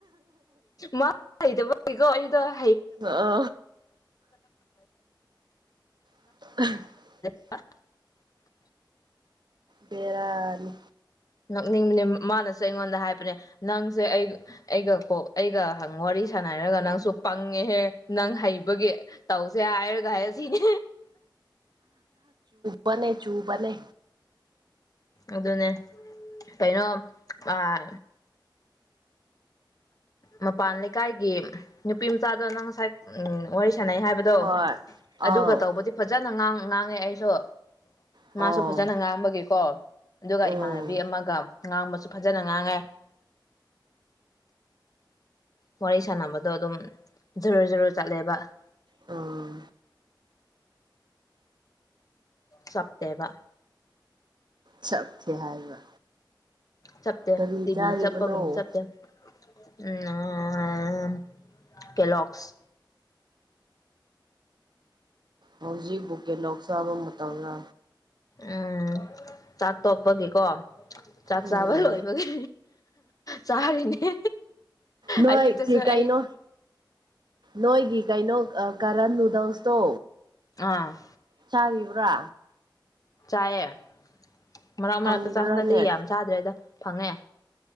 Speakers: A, on the left (about 45°); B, on the right (about 60°).
A: ꯃꯥ ꯍꯩꯇꯕꯩꯀꯣ ꯑꯩꯗꯣ <inaudible>
B: ꯑ <inaudible>
A: ꯑꯁ
B: ꯕꯦꯔꯥꯅꯤ
A: ꯅꯛꯅꯤꯡꯕꯅꯦ ꯃꯥꯅꯁꯨ ꯑꯩꯉꯣꯟꯗ ꯍꯥꯏꯕꯅꯦ ꯅꯪꯁꯦ ꯑꯩ ꯑꯩꯒ ꯀꯣꯛ ꯑꯩꯒ ꯋꯥꯔꯤ ꯁꯥꯟꯅ ꯁꯅ ꯍꯥꯏꯔꯒ ꯅꯪꯁꯨ ꯄꯪꯉꯦꯍꯦ ꯅꯪ ꯍꯩꯕꯒꯤ ꯇꯧꯁꯦ ꯍꯥꯏꯔꯒ ꯍꯥꯏꯔ ꯁꯤꯅꯦ
B: ꯕꯅꯦ ꯆꯨꯕꯅꯦ
A: ꯑꯗꯨꯅꯦ ꯀꯩꯅꯣ ꯑꯥ ꯃꯄꯥꯟ ꯂꯩꯀꯥꯏꯒꯤ ꯅꯨꯄꯤ ꯃꯆꯥꯗꯣ ꯅꯪ ꯉꯁꯥꯏ ꯎ ꯋꯥꯔꯤ ꯁꯥꯟꯅꯩ ꯍꯥꯏꯕꯗꯣ
B: ꯍꯣꯏ ꯑꯥꯎ
A: ꯑꯗꯨꯒ ꯇꯧꯕꯗꯤ ꯐꯖꯅ ꯉꯥꯡꯉꯦ ꯑꯩꯁꯨ꯫
B: ꯑꯥꯎ
A: ꯃꯥꯁꯨ ꯐꯖꯅ ꯉꯥꯡꯕꯒꯤꯀꯣ ꯑꯗꯨꯒ
B: ꯎꯝ
A: ꯏꯃꯥꯟꯅꯕꯤ ꯑꯃꯒ ꯉꯥꯡꯕꯁꯨ ꯁꯨ ꯐꯖꯅ ꯉꯥꯡꯉꯦ ꯋꯥꯔꯤ ꯁꯥꯟꯅꯕꯗꯣ ꯑꯗꯨꯝ ꯖꯔꯨ ꯖꯔꯨꯔ ꯆꯠꯂꯦꯕ <inaudible>
B: ꯎꯝ
A: ꯁꯞꯗꯕ
B: ꯆꯠꯈꯤ ꯍꯥꯏꯕ
A: ꯆꯞꯠꯇꯦ
B: ꯀꯔꯤ
A: ꯇꯤꯕꯤ
B: ꯆꯥꯔꯤꯕꯅꯣ
A: ꯆꯠꯄꯒꯨꯝ ꯆꯞꯇꯦ ꯎꯝ ꯀꯦꯂꯁ
B: ꯍꯧꯖꯤꯛ ꯕꯨꯀꯦ ꯂꯧꯁꯥꯕ ꯃꯇꯝꯗ
A: ꯎꯝ ꯆꯥꯛ ꯇꯣꯛꯄꯒꯤꯀꯣ ꯆꯥꯛ
B: ꯎꯝ
A: ꯆꯥꯕ ꯂꯣꯏꯕꯒꯤ ꯆꯥꯔꯤꯅꯦ
B: ꯅꯣꯏꯁꯤ
A: ꯑꯌꯨꯛꯇꯁꯨ ꯑꯩ
B: ꯀꯩꯅꯣ ꯅꯣꯏꯒꯤ ꯀꯩꯅꯣ ꯀꯔꯟ ꯅꯨꯗꯜꯁꯇꯣ
A: ꯑꯝ
B: ꯆꯥꯔꯤꯕ꯭ꯔꯥ
A: ꯆꯥꯏꯑꯦ ꯃꯔꯛ ꯃꯔꯛꯇ
B: ꯐꯪꯕ꯭ꯔꯥꯅꯦ
A: ꯆꯥ ꯍꯟꯗꯛꯇꯤ ꯌꯥꯝ ꯆꯥꯗ꯭ꯔꯦꯗ ꯐꯪꯉꯦ